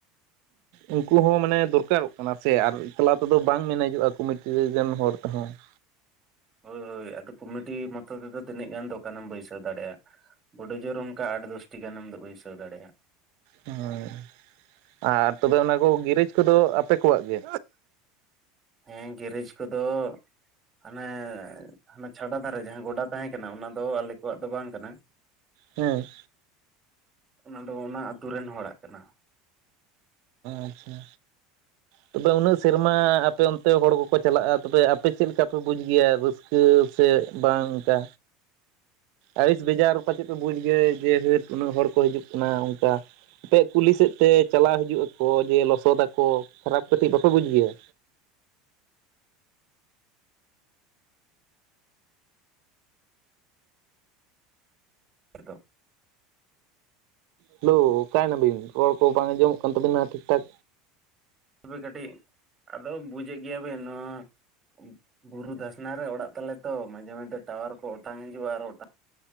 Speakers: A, on the right; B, on the right.
A: ᱩᱱᱠᱩ ᱦᱚᱸ ᱢᱟᱱᱮ ᱫᱚᱨᱠᱟᱨᱚᱜ ᱠᱟᱱᱟ ᱥᱮ ᱟᱨ ᱮᱠᱞᱟ ᱛᱮᱫᱚ ᱵᱟᱝ ᱢᱮᱱᱮᱡᱚᱜᱼᱟ ᱠᱚᱢᱤᱴᱤ ᱨᱮᱨᱮᱱ ᱦᱚᱲ ᱛᱮᱦᱚᱸ ᱾
B: ᱦᱳᱭ ᱦᱳᱭ ᱟᱫᱚ ᱠᱩᱢᱤᱴᱤ ᱢᱚᱛᱚ ᱛᱮᱫᱚ ᱛᱤᱱᱟᱹᱜ ᱜᱟᱱ ᱫᱚᱠᱟᱱᱮᱢ ᱵᱟᱹᱭᱥᱟᱹᱣ ᱫᱟᱲᱮᱭᱟᱜ-ᱟ ᱾ ᱵᱚᱰᱚ ᱡᱳᱨ ᱚᱱᱠᱟ ᱟᱴ ᱫᱚᱥᱴᱤ ᱜᱟᱱᱮᱢ ᱵᱟᱹᱭᱥᱟᱹ ᱫᱟᱲᱮᱭᱟᱜ-ᱟ
A: ᱦᱳᱭ ᱟᱨ ᱛᱚᱵᱮ ᱚᱱᱟ ᱠᱚ ᱜᱮᱨᱮᱡ ᱠᱚᱫᱚ ᱟᱯᱮ ᱠᱚᱣᱟᱜ ᱜᱮ
B: ᱦᱮᱸ ᱜᱮᱨᱮᱡ ᱠᱚᱫᱚ ᱦᱟᱱᱮ ᱦᱟᱱᱮ ᱪᱷᱟᱰᱟ ᱫᱷᱟᱨᱮ ᱡᱟᱦᱟᱸ ᱜᱚᱰᱟ ᱛᱟᱦᱮᱸ ᱠᱟᱱᱟ ᱚᱱᱟ ᱫᱚ ᱟᱞᱮ ᱠᱚᱣᱟᱜ ᱫᱚ ᱵᱟᱝ ᱠᱟᱱᱟ
A: ᱦᱮᱸ
B: ᱚᱱᱟ ᱫᱚ ᱚᱱᱟ ᱟᱛᱳ ᱨᱮᱱ ᱦᱚᱲᱟᱜ ᱠᱟᱱᱟ
A: ᱟᱪᱪᱷᱟ ᱛᱚᱵᱮ ᱩᱱᱟᱹᱜ ᱥᱮᱨᱢᱟ ᱟᱯᱮ ᱚᱱᱛᱮ ᱦᱚᱲ ᱠᱚᱠᱚ ᱪᱟᱞᱟᱜ-ᱟ ᱛᱚᱵᱮ ᱟᱯᱮ ᱪᱮᱫ ᱞᱮᱠᱟ ᱯᱮ ᱵᱩᱡᱽ ᱜᱮᱭᱟ ᱨᱟᱹᱥᱼᱼ ᱠᱟᱹ ᱥᱮ ᱵᱟᱝ ᱚᱱᱠᱟ ᱟᱹᱲᱤᱥ ᱵᱟᱡᱟᱨ ᱚᱠᱟ ᱪᱮᱫ ᱯᱮ ᱵᱩᱡ ᱜᱮ ᱡᱮ ᱦᱟᱹᱴ ᱩᱱᱟᱹᱜ ᱦᱚᱲ ᱠᱚ ᱦᱤᱡᱩᱜ ᱠᱟᱱᱟ ᱚᱱᱠᱟ ᱟᱯᱮᱭᱟᱜ ᱠᱩᱞᱤ ᱥᱮᱫ ᱛᱮ ᱪᱟᱞᱟᱣ ᱦᱤᱡᱩᱜ ᱟᱠᱚ ᱡᱮ ᱞᱚᱥᱚᱫᱟᱠᱚ ᱠᱷᱟᱨᱟᱯ ᱠᱟᱹᱴᱤᱡ ᱵᱟᱯᱮ ᱵᱩᱡ ᱜᱮᱭᱟ
B: ᱫᱚ
A: ᱦᱮᱞᱳ ᱚᱠᱟᱭ ᱱᱟᱵᱤᱱ ᱨᱚᱲ ᱠᱚ ᱵᱟᱝ ᱟᱸᱡᱚᱢᱚᱜ ᱠᱟᱱ ᱛᱟᱵᱤᱱᱟ ᱴᱷᱤᱠ ᱴᱷᱟᱠ
B: ᱛᱚᱵᱮ ᱠᱟᱹᱴᱤᱡ ᱟᱫᱚ ᱵᱩᱡᱮᱜ ᱜᱮᱭᱟᱵᱮᱱ ᱱᱚᱣᱟᱼᱼ <unintelligible> ᱵᱩᱨᱩ ᱫᱷᱟᱥᱱᱟ ᱨᱮ ᱚᱲᱟᱜ ᱛᱟᱞᱮ ᱛᱚ ᱢᱟᱡᱷᱮ ᱢᱚᱫᱫᱷᱮ ᱴᱟᱣᱟᱨ ᱠᱚ ᱚᱴᱟᱝ ᱦᱤᱡᱩᱜᱼᱟ ᱟᱨ ᱚᱴᱟᱝᱼᱼ